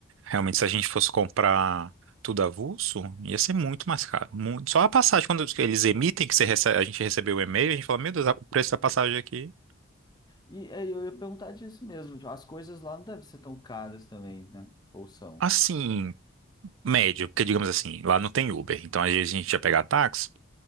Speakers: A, on the right; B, on the left.
A: realmente, se a gente fosse comprar tudo avulso, ia ser muito mais caro. Muito. Só a passagem, quando eles emitem, que você recebe- a gente recebeu o e-mail, a gente fala, meu Deus, o preço da passagem aqui,
B: E aí eu ia perguntar disso mesmo. tipo, As coisas lá não devem ser tão caras também, né? Ou são?
A: assim, médio, porque, digamos assim, lá não tem Uber. Então, às vezes a gente ia pegar táxi.